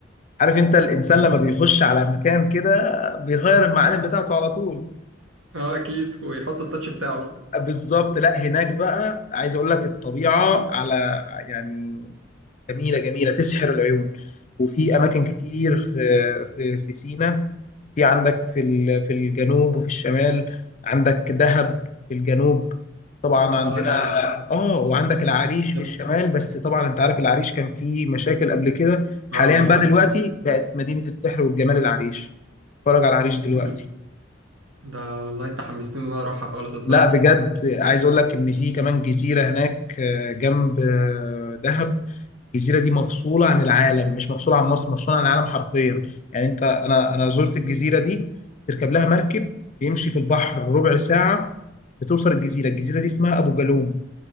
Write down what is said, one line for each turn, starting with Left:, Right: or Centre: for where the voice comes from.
Left: عارف انت الانسان لما بيخش على مكان كده بيغير المعالم بتاعته على طول
Right: اه اكيد ويحط التاتش بتاعه بقى
Left: بالظبط لا هناك بقى عايز اقول لك الطبيعه على يعني جميله جميله تسحر العيون وفي اماكن
Right: اه
Left: كتير في في في سيناء في عندك في ال- في الجنوب وفي الشمال عندك دهب في الجنوب طبعا
Right: آه،
Left: عندنا
Right: ده
Left: اه وعندك العريش
Right: لا.
Left: في الشمال بس طبعا انت عارف العريش كان فيه مشاكل قبل كده حاليا
Right: اه بالظبط
Left: بقى دلوقتي بقت مدينه السحر والجمال العريش اتفرج على العريش دلوقتي
Right: دي- ده والله انت حمستني ان انا اروحها خالص الصراحه
Left: لا بجد عايز اقول لك ان في كمان جزيره هناك آه، جنب آه، دهب الجزيره دي مفصوله عن العالم مش مفصوله عن مصر مفصوله عن العالم حرفيا يعني انت انا انا زرت الجزيره دي تركب لها مركب يمشي في البحر ربع ساعه بتوصل الجزيره الجزيره دي اسمها ابو جالوم